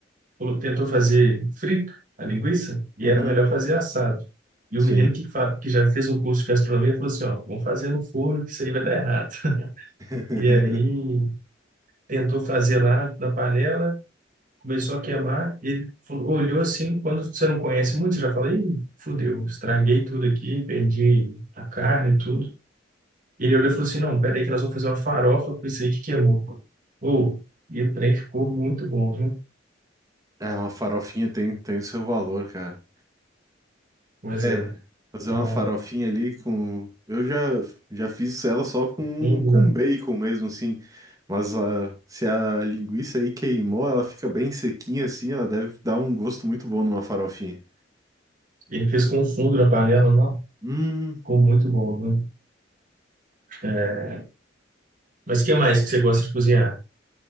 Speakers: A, on the right (about 45°); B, on the right (about 20°).
A: tentou fazer frito a linguiça e
B: Uhum.
A: era melhor fazer assado. E
B: Sim.
A: o menino que, fa- que já fez um curso de gastronomia falou assim, ó, vamos fazer no forno que isso aí vai dar errado. <laughs>
B: <laughs>
A: E aí tentou fazer lá na panela começou a queimar, ele falou- olhou assim, quando você não conhece muito, você já fala, ih, fudeu, estraguei tudo aqui, perdi a carne e tudo. Ele olhou e falou assim, não, pera aí que nós vamos fazer uma farofa com isso aí que queimou. Ou, e o trem ficou muito bom, viu?
B: É, uma farofinha tem, tem o seu valor, cara.
A: Coisa,
B: É, fazer
A: um
B: uma farofinha ali com. Eu já, já fiz ela só com,
A: fundo,
B: com
A: né?
B: bacon mesmo, assim. Mas a, se a linguiça aí queimou, ela fica bem sequinha assim, ela deve dar um gosto muito bom numa farofinha.
A: Ele fez com fundo na panela, não?
B: Hum,
A: Ficou muito bom, viu? É, mas o que mais que você gosta de cozinhar?